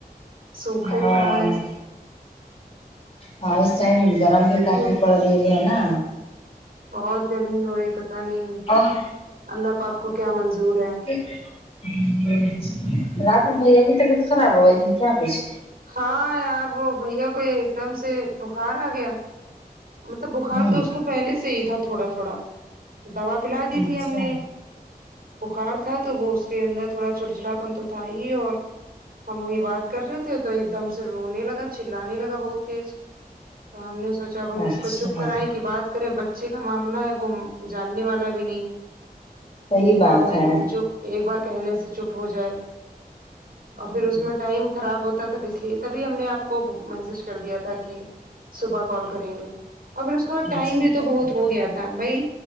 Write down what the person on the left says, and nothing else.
ہاں
ہاں اس ٹائم گرم بھی کافی
پڑ رہی ہے نا
اور
ہوں رات میں بھیا کی طبیعت خراب ہو گئی تھی کیا کچھ
ہوں
اچھا
اچھا
صحیح
بات
ہے
ہوں
اچھا
اچھا